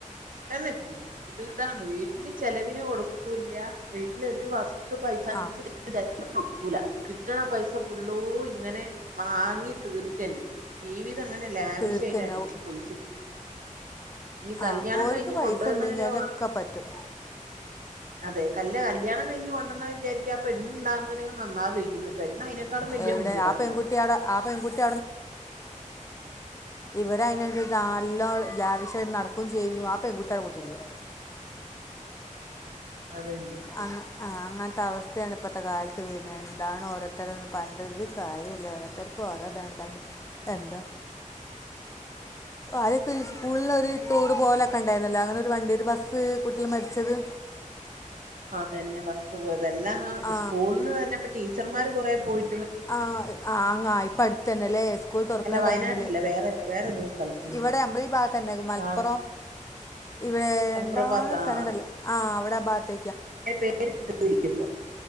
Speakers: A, on the right; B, on the left.
A: <unintelligible> താണ് വീട്ടില് ചെലവിന് കൊടുക്കൂല്ലാ വീട്ടിലൊരു വസ് ത്തു പൈസ അഞ്ച്
B: ആ
A: പൈസ <unintelligible> കിട്ട്ണ പൈസ ഫുള്ളൂ ഇങ്ങനെ വാങ്ങി തീർക്കെന്നെ ജീവി തങ്ങനെ ലാവിഷായിട്ട്
B: തീർക്ക് തന്നെ
A: അടിച്ച്
B: ഓ-
A: പൊളിച്ച് ഇനി കല്യാണം
B: ആ ഓര്ക്ക്
A: കഴിഞ്ഞ്
B: പയ്സണ്ടെങ്ങി
A: കൊണ്ടുവന്നാലോ
B: അയ്‌നോക്കെ പറ്റും
A: അതേ അല്ല കല്ല്യാണ കയ്ഞ്ഞ് കൊണ്ടന്ന വിചാരിക്കും ആ പെണ്ണ് ഉണ്ടാവുമ്പൊരു നന്നാവുവായി ക്കുന്ന് പെണ്ണയ്‌നേക്കാലും വെല്ല്യ
B: എവിടെ
A: മുന്തിയത്
B: ആ
A: ഉണ്ടാവുക
B: പെൺകുട്ടി അവിടെ ആ പെൺകുട്ടി ഇവരെ അനുസരിച്ചു നല്ല ലാവിഷാ നടക്കുകയും ചെയ്യും ആ പെൺകുട്ടിയവിടെ കുത്തിയിരിക്കും
A: അതന്നെ
B: ആഹ് ആഹ് അങ്ങനത്തെ അവസ്ഥയാണ് ഇപ്പത്തെ കാലത്ത് വര്ന്നെ ഇതാണ് ഓരോരുത്തരു പറഞ്ഞിട്ട് ഒര് കാര്യുല്ല ഓരോരുത്തർക്കും ഓരോ തെരക്കാണ് എന്താ ആദ്യക്കേ ഈ സ്കൂൾന്ന് ഒര് ടൂർ പോവലൊക്കെ ണ്ടായിരുന്നല്ലോ അങ്ങനൊരു വണ്ടി ഒരു ബസ് കുട്ടികള് മര്ച്ചത്
A: അതന്നെ ബസ് പോയത് <unintelligible>
B: ആ
A: സ്കൂളിന്ന് തന്നെ <unintelligible> ടീച്ചർമാര് കൊറേ പോയി
B: ആ ആ അങ്ങ് ഇപ്പോ അട്ത്തന്നെലേ സ്കൂൾ തുറക്കുന്ന
A: അല്ല വയനാട്ടിലല്ല
B: ടൈമില്
A: വേറെ വേറേതോ സ്ഥലത്തുന്ന്
B: ഇവടെ നമ്മളെ ഈ ഭാഗത്തന്നെ മലപ്പുറം
A: ആ
B: ഇവിടെ
A: മലപ്പുറം
B: എന്താണ്
A: ഭാഗത്ത് ആ
B: സ്ഥലം ഉണ്ടല്ലോ ആ അവിടെ ആ ഭാഗത്ത്
A: പേര് ഇപ്പൊ